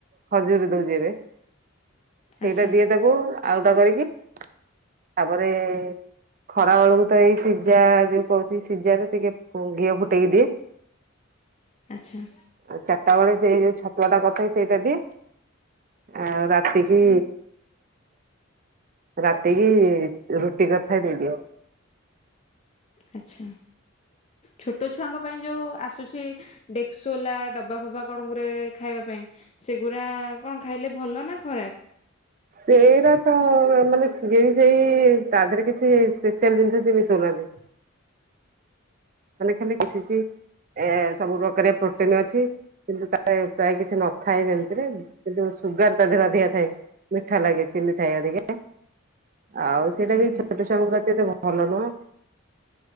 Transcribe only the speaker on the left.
ଆଚ୍ଛା
ଆଚ୍ଛା।
ଆଚ୍ଛା। ଛୋଟ ଛୁଆଙ୍କ ପାଇଁ ଯୋଉ ଆସୁଛି ଡେକ୍ ସୁଲା ଡବା ଫବା କଣ ଗୁରେ ଖାଇବା ପାଇଁ। ସେଗୁରା କଣ ଖାଇଲେ ଭଲ ନା ଖରାପ୍?
ଆଜ୍ଞା